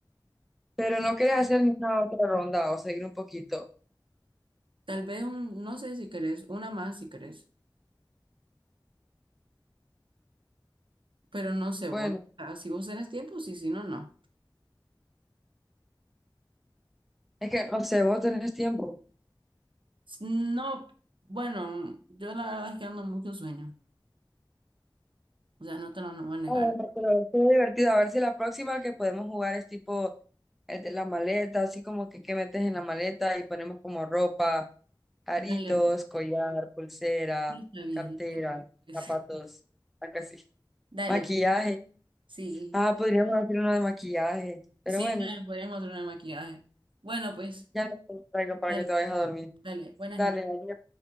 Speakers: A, in the centre; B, on the right.
A: Pero no quieres hacer una otra ronda o seguir un poquito.
B: tal vez un, no sé si querés, una más si querés, pero no sé vos.
A: Bueno,
B: ah, Si vos tenés tiempo, sí, si no, no.
A: es que no sé, vos tenés tiempo.
B: No, bueno, yo la verdad es que ando mucho sueño. O sea, no te lo no voy a negar.
A: Ah, bueno, pero qué divertido. A ver si la próxima que podemos jugar es tipo el de la maleta, así como que qué metes en la maleta y ponemos como ropa, aritos,
B: Dale, pues,
A: collar, pulsera,
B: sí, está bien.
A: cartera,
B: tú- pues,
A: zapatos, algo así.
B: <laughs> dale,
A: Maquillaje.
B: sí.
A: Ah, podríamos hacer uno de maquillaje. Pero
B: Sí,
A: bueno,
B: también podríamos hacer una maquillaje. Bueno, pues,
A: ya no te traigo para
B: dale,
A: que te vayas a dormir.
B: dale. Buenas
A: Dale,
B: noches.
A: adiós.